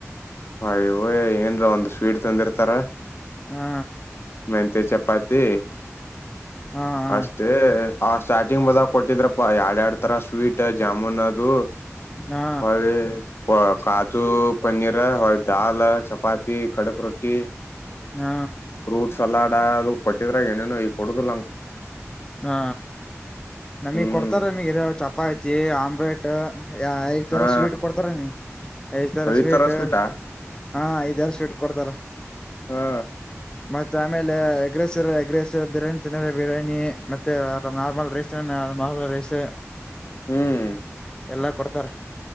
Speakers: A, on the left; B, on the left.
A: ಹವ ಏನ್ರ ಒಂದ್ ಸ್ವೀಟ್ ತಂದಿರ್ತಾರ.
B: ಹಾ
A: ಮೆಂತೆ ಚಪಾತಿ
B: ಹಾ ಹಾ
A: ಅಷ್ಟೇ. ಆ ಸ್ಟಾರ್ಟಿಂಗ್ ಬಂದಾಗ ಕೊಟ್ಟಿದ್ರಪ್ಪ ಎರಡ್ ಎರಡ್ ತರ ಸ್ವೀಟ್ ಜಾಮೂನ್. ದು
B: ಹಾ
A: ಹಳೆ. ಕಾಜು ಪನ್ನೀರ್ ಹೊ ದಾಲ್ ಚಪಾತಿ ಕಡಕ್ ರೊಟ್ಟಿ.
B: ಹಾ
A: ಫ್ರೂಟ್ ಸಲಾಡ್ ಅದು ಕೊಟ್ಟಿದ್ರಾಗ ಏನೇನೊ ಈ ಕೊಡುದಿಲ್ಲಂಕ.
B: ಹಾ ನಮಗ್
A: ಹ್ಮ್
B: ಕೊಡ್ತಾರ ನಮಗ್ ಚಪಾತಿ ಆಮ್ಲೆಟ್. ಯ ಐದ್ ತರ
A: ಹಾ
B: ಸ್ವೀಟ್ ಕೊಡ್ತಾರ ಮಿ ಐದ್ ತರ
A: ಈ
B: ಸ್ವೀಟ್
A: ಸ್ವೀಟಾ
B: ಹಾ ಐದ್ ತರ ಸ್ವೀಟ್. ಕೊಡ್ತಾರ
A: ಹಾ
B: ಮತ್ ಆಮೇಲೆ. ಇಲ್ಲ ಎಗ್ರೆಸಿವ್ ಎಗ್ರೆಸಿವ್ ಬಿರಿಯಾನಿ ತನ್ನರೆ ಬಿರಿಯಾನಿ. ಮತ್ತೆ ಅ ನಾರ್ಮಲ್ ರೈಸ್ ನಾರ್ಮಲ್ ರೈಸ್.
A: ಹ್ಮ್
B: ಎಲ್ಲಾ ಕೊಡ್ತಾರ.